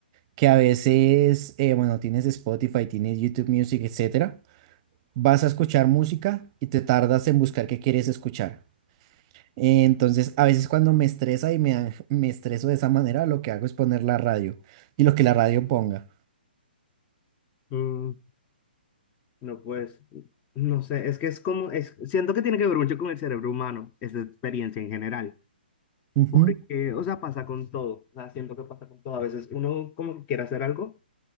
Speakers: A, on the right; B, on the left.
A: que a veces, eh, bueno, tienes Spotify, tienes YouTube Music, etcétera, vas a escuchar música y te tardas en buscar qué quieres escuchar. Entonces, a veces cuando me estresa y me, da- me estreso de esa manera, lo que hago es poner la radio y lo que la radio ponga.
B: Mm, no, pues, no sé, es que es como, es, siento que tiene que ver mucho con el cerebro humano, esa experiencia en general,
A: Ujú.
B: porque, o sea, pasa con todo, o sea, siento que pasa con todo. A veces uno como que quiere hacer algo